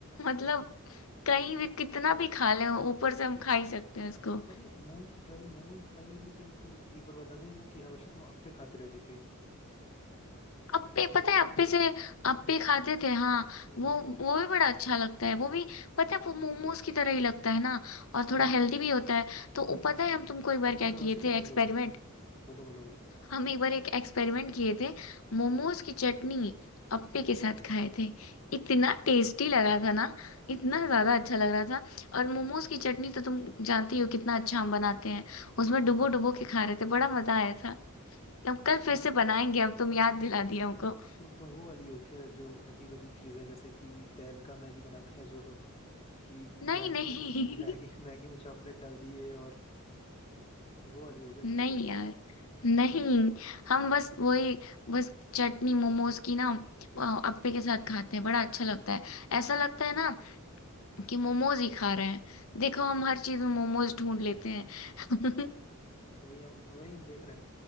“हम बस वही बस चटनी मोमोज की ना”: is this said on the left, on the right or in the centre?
Left